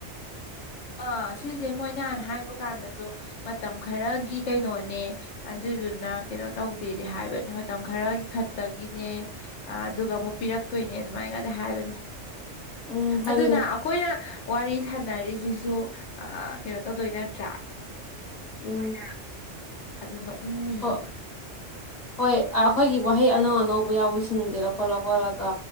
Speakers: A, on the left; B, on the left.
A: ꯑꯥ ꯁꯤꯖꯦ ꯃꯣꯏ ꯅꯍꯥꯟ ꯍꯥꯏꯕ ꯀꯥꯟꯗꯖꯨ ꯃꯇꯝ ꯈꯔꯒꯤ ꯀꯩꯅꯣꯅꯦ ꯑꯗꯨꯗꯨꯅ ꯀꯩꯅꯣ ꯇꯧꯗꯦꯗꯤ ꯍꯥꯏꯕꯅꯦ ꯃꯇꯝ ꯈꯔꯒꯤ ꯈꯠꯇꯒꯤꯅꯦ ꯑ ꯑꯗꯨꯒ ꯑꯃꯨꯛ ꯄꯤꯔꯛꯇꯣꯏꯅꯦ ꯑꯗꯨꯃꯥꯏꯒꯗꯤ ꯍꯥꯏꯕꯅꯦ
B: ꯎꯝ ꯍꯥꯏꯗꯤ
A: ꯑꯗꯨꯅ ꯑꯩꯈꯣꯏꯅ ꯋꯥꯔꯤ ꯁꯥꯟꯅꯔꯤꯁꯤ ꯑꯥ ꯀꯩꯅꯣ ꯇꯧꯗꯣꯏ ꯅꯠꯇ꯭ꯔꯥ
B: ꯎꯝ
A: ꯑꯗꯨꯅꯣ ꯏꯪꯅꯤꯌꯦ
B: ꯍꯣ ꯍꯣꯏ ꯑꯈꯣꯏꯒꯤ ꯋꯥꯍꯩ ꯑꯅꯧ ꯑꯅꯧꯕ ꯌꯥꯎꯕꯁꯤꯡꯖꯦ ꯂꯧꯈꯠ ꯂꯧꯈꯠꯂꯒ